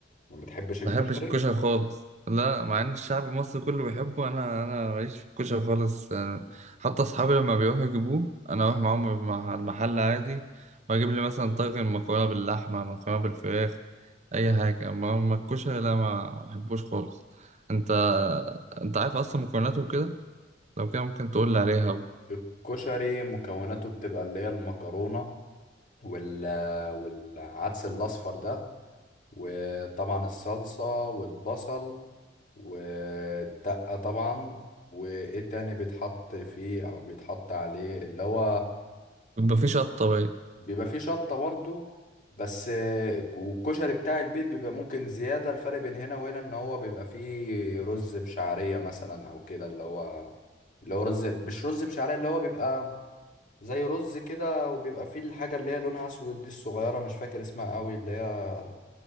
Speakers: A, on the left; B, on the right.
A: ما بتحبش الكشري
B: ما بحبش الكشري خالص لا مع ان الشعب المصري كله بيحبه انا انا ماليش في الكشري خالص يعني حتى اصحابي لما بيروحوا يجيبوه انا اروح معاهم مع المحل عادي واجيب لي مثلا طاجن مكرونه باللحمه مكرونه بالفراخ اي حاجه اما أما الكشري لا ما بحبوش خالص انت انت عارف اصلا مكوناته وكده لو كده ممكن تقول لي عليها
A: والكشري مكوناته بتبقى اللي هي المكرونه وال... والعدس الاصفر ده وطبعا الصلصه والبصل ودقة طبعا وايه تاني بيتحط فيه او بيتحط عليه اللي هو
B: يبقى في شطه بقى
A: بيبقى فيه شطة برضو بس والكشري بتاع البيت بيبقى ممكن زيادة الفرق بين هنا وهنا ان هو بيبقى فيه رز بشعرية مثلا او كده اللي هو اللي هو رز مش رز بشعرية اللي هو بيبقى زي رز كده وبيبقى فيه الحاجة اللي هي لونها اسود دي الصغيرة مش فاكر اسمها قوي اللي هي